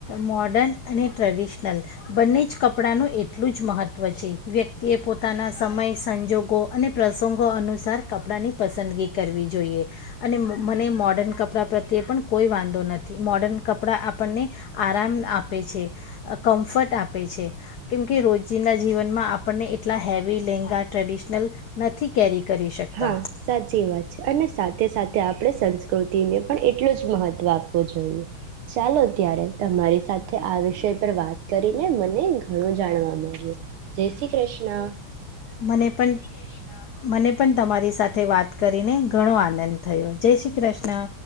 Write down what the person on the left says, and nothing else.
મોર્ડન અને ટ્રેડિશનલ બંને જ કપડાંનું એટલું જ મહત્ત્વ છે. વ્યક્તિએ પોતાના સમય સંજોગો અને પ્રસંગો અનુસાર કપડાંની પસંદગી કરવી જોઈએ અને મ મને મોડન કપડાં પ્રત્યે પણ કોઈ વાંધો નથી. મોડર્ન કપડાં આપણને આરામ આપે છે કમ્ફર્ટ આપે છે કેમ કે રોજિંદા ના જીવનમાં આપણને એટલા હેવી લેંગા ટ્રેડિશનલ નથી કેરી કરી શકતા
મને પણ મને પણ તમારી સાથે વાત કરીને ઘણો આનંદ થયો. જય શ્રી કૃષ્ણ.